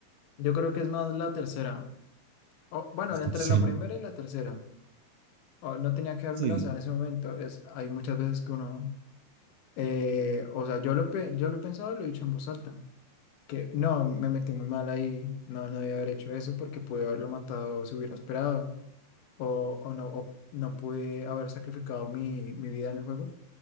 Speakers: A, on the left; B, on the right.
A: yo creo que es más la tercera. O, bueno,
B: ¿Estás
A: entre la
B: seguro?
A: primera y la tercera. O, no tenía que haberme
B: Sí.
A: lanzado en ese momento. Es, hay muchas veces que uno... eh, o sea, yo lo, he pe- yo lo he pensado y lo he dicho en voz alta. Que no, me metí muy mal ahí. No, no debía haber hecho eso porque pude haberlo matado si hubiera esperado. O, o no, o no pude haber sacrificado mi, mi vida en el juego.